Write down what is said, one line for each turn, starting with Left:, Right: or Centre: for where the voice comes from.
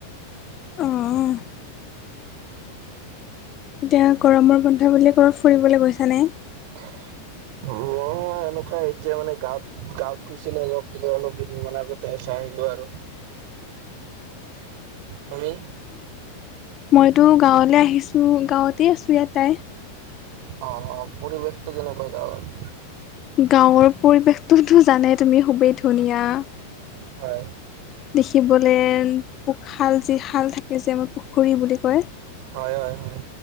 Left: অ', এতিয়া গৰমৰ বন্ধ বুলি ক'ৰব ফুৰিবলৈ গৈছা নে
Right: <unintelligible> এনেকুৱা <unintelligible> এতিয়া মানে গাঁৱত গাঁৱত গৈছিলো অলপ অলপ কেইদিনমান আগতে এচ আহিলো আৰু তুমি
Left: মইতো গাঁৱলে আহিছোঁ গাঁৱতেই আছো ইয়াত তাই
Right: অ অ পৰিৱেশটো কেনেকুৱা গাঁৱৰ
Left: গাঁৱৰ পৰিৱেশটোতো জনাই তুমি খুবেই ধুনীয়া।
Right: হয়।
Left: দেখিবলে পোশাল যিশাল থাকে যে আমাৰ পুখুৰী বুলি কয়।
Right: হয়, হয়, হয়।